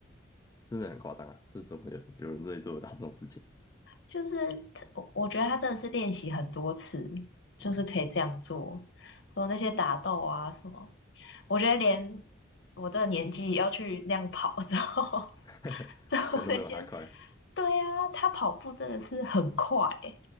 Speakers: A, on the left; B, on the left.
A: 真的很夸张啊！这怎么有有人可以做得到这种事情？
B: 就是他我我觉得他真的是练习很多次，就是可以这样做，
A: 嗯，
B: 做那些打斗啊什么，我觉得连我这个年纪要去那样跑之后，
A: <laughs>
B: <laughs> 之后那些，
A: 可能都没有他快，
B: 对啊，他跑步真的是很快欸